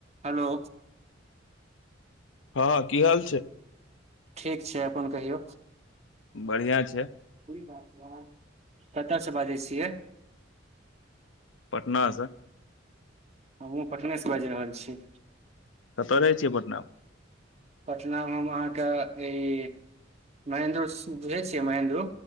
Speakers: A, on the right; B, on the left.
A: Hello
B: हँ की हाल छै
A: ठीक छै अपन कहियौ
B: बढ़िया छै
A: <unintelligible> कतऽ से बाजै छियै
B: पटना स
A: हमहुँ पटनेसँ बाजि रहल छी
B: कतऽ रहै छियै पटना मऽ
A: पटना मे हम अहाँके ई महेन्द्रो बुझै छियै महेन्द्रो